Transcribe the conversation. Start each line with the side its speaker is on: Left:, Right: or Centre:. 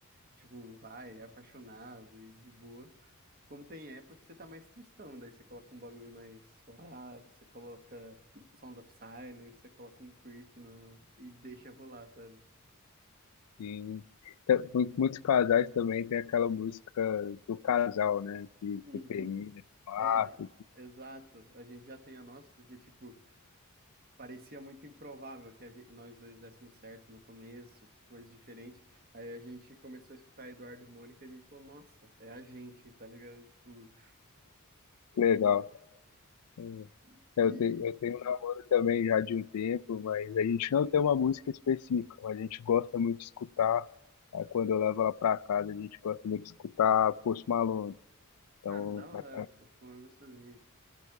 Right: Tipo, vai, é apaixonado e de boa. Como tem época que você tá mais tristão, daí você coloca um bagulho mais suave, você coloca Sound of Silence, você coloca um creep no... e deixa rolar, sabe?
Left: Sim. Tem- mu- Muitos casais também tem aquela música do casal, né? Que,
Right: Uhum.
Left: que termina, que marca,
Right: É, exato. A gente já tem a nossa, porque, tipo, parecia muito improvável que a gente- nós dois dessemos certo no começo, por coisas diferentes. Aí a gente começou a escutar Eduardo e Mônica e a gente falou, nossa, é a gente, tá ligado? Tipo,
Left: Legal. Hum.
Right: e...
Left: Eu
Right: e-
Left: tenho, eu tenho um namoro também já de um tempo, mas a gente não tem uma música específica, mas a gente gosta muito de escutar. Aí quando eu levo ela pra casa, a gente gosta muito de escutar Post Malone. Então,
Right: Ah, da hora.
Left: aca-
Right: Tô ficando gostosinho.